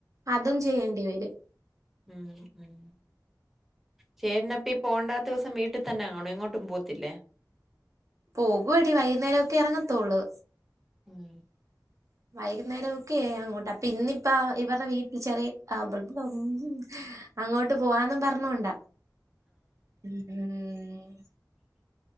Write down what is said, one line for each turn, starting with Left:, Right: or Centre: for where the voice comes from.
Right: അതും ചെയ്യേണ്ടി വരും.
Centre: ഉം ഉം ചേട്ട്നപ്പ ഈ പോണ്ടാത്ത ദിസം വീട്ട് തന്നെ കാണൊ എങ്ങോട്ടും പോവത്തില്ലേ?
Right: പോകൊടി വൈകുന്നേരം ഒക്കെ എറങ്ങത്തൊള്ള്.
Centre: ഉം
Right: <inaudible> വൈകുന്നേരം ഒക്കെ അർങ്ങുട്ടാ പിന്നിപ്പ ഇവർടെ വീട്ടിൽ ചെറിയെ <inaudible> അങ്ങോട്ട് പോവാന്നും പറഞ്ഞോണ്ട മ്.